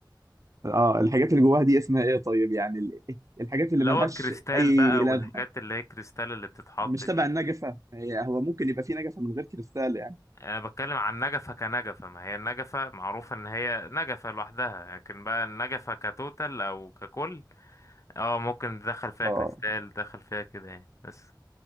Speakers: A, on the right (about 45°); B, on the left (about 40°).
A: اه الحاجات اللي جواها دي اسمها إيه طيب يعني ال- الحاجات اللي
B: اللي
A: ملهاش
B: هو الكريستال
A: أي
B: بقى
A: لازمة
B: والحاجات اللي هي الكريستال اللي بتتحط
A: مش
B: دي
A: تبع النجفة هي هو ممكن يبقى في نجفة من غير كريستال يعني
B: يعني انا بتكلم عن نجفة كنجفة ما هي النجفة معروف ان هي نجفة لوحدها لكن بقى النجفة كتوتال او ككل اه ممكن تدخل فيها
A: اه
B: كريستال تدخل فيها كده يعني بس